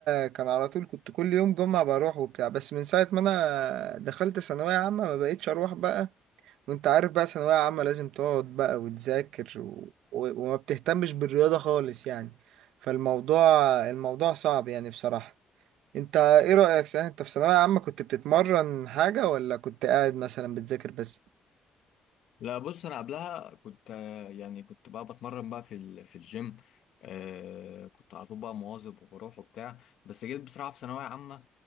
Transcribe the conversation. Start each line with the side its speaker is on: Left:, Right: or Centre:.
Right: كان على طول كنت كل يوم جمعة بروح وبتاع بس من ساعة ما أنا دخلت ثانوية عامة ما بقيتش أروح بقى وأنت عارف بقى ثانوية عامة لازم تقعد بقى وتذاكر و... و... وما بتهتمش بالرياضة خالص يعني فالموضوع الموضوع صعب يعني بصراحة أنت إيه رأيك صحيح أنت في ثانوية عامة كنت بتتمرن حاجة ولا كنت قاعد مثلا بتذاكر بس؟
Left: لا بص انا قبلها كنت آه، يعني كنت بقى بتمرن بقى في ال- في الجيم آه كنت على طول بقى مواظب وبروح وبتاع بس جيت بصراحه في ثانويه عامه